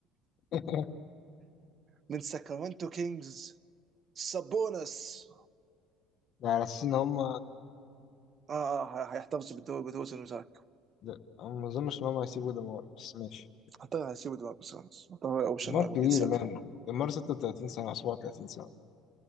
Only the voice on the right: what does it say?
من ساكرامنتو كينجز سابونس
اه هيحتفظ بالدوري بتوزن وزاك
اعتقد هيسيبوا دماغ بسونس اعتقد الاوبشن
اللي
ممكن يتساب